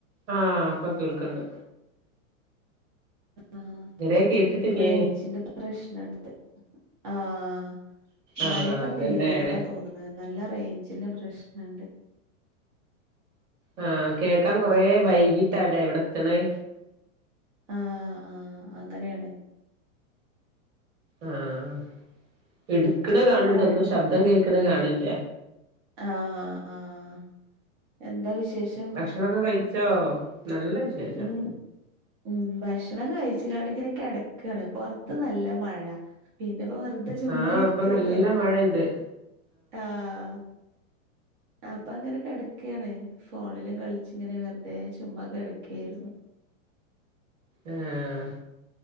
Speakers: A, on the right (about 60°); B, on the right (about 35°).
A: ആഹ് ഇപ്പ കേൾക്ക്ണ്ട്.
B: ആഹ്
A: ഇതുവരെ കേട്ടിട്ടില്ലേനി
B: റേഞ്ചിന്റെ പ്രശ്നണ്ട് ആഹ്. മഴക്കെ
A: ആഹ് അതന്നെയാണ്
B: പെയ്തത് കൊണ്ടാന്ന് തോന്നണ് നല്ല റേഞ്ചിന്റെ പ്രശ്നണ്ട്.
A: ആഹ് കേക്കാൻ കൊറെ വൈകിട്ടാല്ലേ ഇവിടെത്തണേ.
B: ആ ആഹ് അങ്ങനെണ്.
A: ആഹ് എടുക്കണ കാണണ്ട്
B: മഴ
A: ഒന്നും ശബ്ദം കേക്കണ കാണണ്ല്ല.
B: ആഹ്, ആഹ് എന്താ വിശേഷം?
A: ഭക്ഷണം ഒക്കെ കഴിച്ചോ നല്ല വിശേഷം.
B: ഉം ഉം ഭക്ഷണം കഴിച്ച് കൊണ്ടി ഇങ്ങനെ കെടക്കാണ് പൊറത്ത് നല്ല മഴ. പിന്നെ ഇപ്പ വെറുതെ. ചുമ്മാ
A: ആഹ്
B: ഇരിക്ക
A: ഇപ്പൊ നല്ല
B: അല്ലേ
A: മഴെയ്ത്
B: ആഹ്. അപ്പ അങ്ങനെ കെടക്കാണ് ഫോണിലും കളിച്ച്ങ്ങനെ വെറുതെ ചുമ്മാ കെടക്കെരുന്നു.
A: ആ ഏ